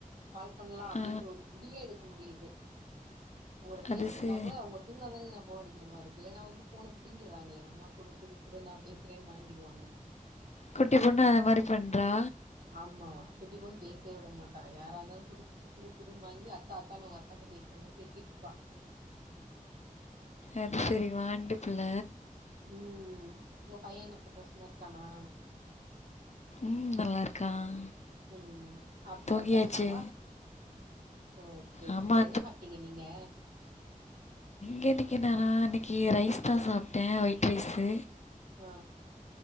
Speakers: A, on the right; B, on the left.
A: கால் பண்ணலா அப்படின்ற
B: ஆ,
A: ஒரு முடிவே எடுக்க முடியுது உங்கட்ட பேசணுனா
B: அது சே
A: கூட அவங்க தூங்குனா தானே நா ஃபோன் அடிக்கிற மாரி இருக்கு இல்லன்னா வந்து ஃபோன புடிங்கறாங்களே அம்மா குடு குடு கூட நா பேசுறேன்னு வாங்கிருவாங்க
B: குட்டி பொண்ணு அது மாரி பண்றா
A: ஆமா குட்டி பொண்ணு பேசவே விட மாட்டா யாரா இருந்தாலு குடு குடு குடுன்னு வாங்கி தாத்தானு அவுங்க அக்காட பேசுற மாரி பேசிட்டு இருப்பா
B: அது செரி வாண்டுப்புள்ள
A: ம் உங்க பையன் என்ன பண்றா சும்மா இருக்கானா
B: ம், நல்லா இருக்கான்.
A: ம் சாப்பட்டு
B: தூங்கியாச்சு.
A: படுத்தாச்சா ஓகே ஓகே
B: ஆமா,
A: சிஸ் என்ன சாப்ட்டீங்க நீங்க
B: கேட்டிங்கனா இன்னைக்கி ரைஸ் தா சாப்ட்டே ஒயிட் ரைஸு
A: ஆ